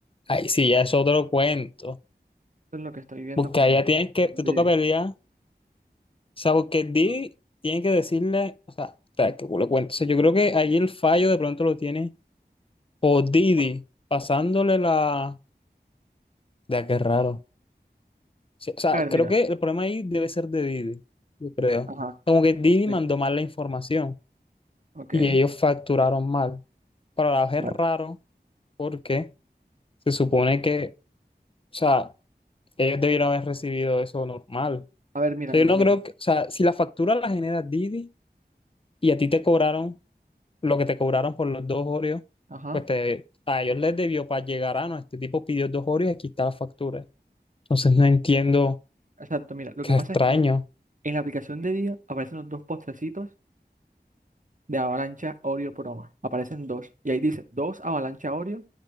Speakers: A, on the left (about 30°); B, on the right (about 50°).
A: Ay, sí, ya es otro cuento.
B: es lo que estoy viendo
A: Porque
B: con
A: allá tienes que, te
B: Reading.
A: toca pelear. O sea, porque Didi
B: ¿no?
A: tiene que decirle, o sea, espera, que culo cuento. O sea, yo creo que ahí el fallo de pronto lo tiene. O Didi,
B: Forma.
A: pasándole la. Ya, qué raro. Sí, o sea,
B: A ver,
A: creo
B: mira.
A: que el problema ahí debe ser de Didi, yo creo.
B: Ajá,
A: Como que Didi
B: listo.
A: mandó mal la información
B: Ok,
A: y ellos facturaron mal. Para la vez
B: vale.
A: es raro porque se supone que, o sea, ellos debieron haber recibido eso normal.
B: A ver, mira,
A: O sea,
B: mira,
A: yo no
B: mira.
A: creo que, o sea, si la factura la genera Didi y a ti te cobraron lo que te cobraron por los dos Oreos,
B: Ajá,
A: pues te, a ellos les debió para llegar a, no, este tipo pidió dos Oreos y aquí está la factura. Entonces no entiendo,
B: exacto, mira. Lo
A: qué
B: que pasa
A: extraño.
B: es que, mira, en la aplicación de día aparecen los dos postrecitos de Avalancha Oreo Promo. Aparecen dos. Y ahí dice, dos Avalancha Oreo